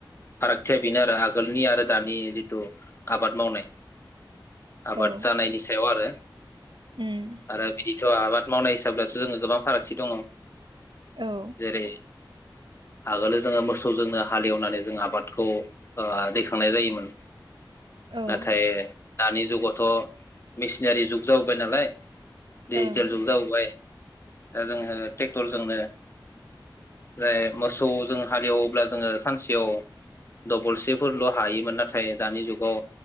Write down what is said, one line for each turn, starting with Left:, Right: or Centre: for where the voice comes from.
Left: फारागथिया बेनो आरो आगोलनि आरो दानि जिथु आबाद मावनाय। आबाद
Right: औ
Left: जानायनि सायाव आरो।
Right: उम।
Left: ओ बिदिथ' आबाद मावनाय हिसाब्लाथ' जोङो गोबां फारागथि दङ
Right: औ
Left: जेरै आगोलो जोंङो मोसौ जोंनो हाल एवनानै जों आबादखौ ओ दैखांनाय जायोमोन।
Right: औ
Left: नाथाय दानि जुगावथ' मेसिनारि जुग जाबोबाय नालाय दिजिटेल
Right: ओं
Left: जुग जाबोबाय दा जोंङो टेक्टरजोंनो ओ मोसौजों हाल एवोब्ला जोंङो सानसेयाव दबलसेफोरल' हायोमोन नाथाय दानि जुगाव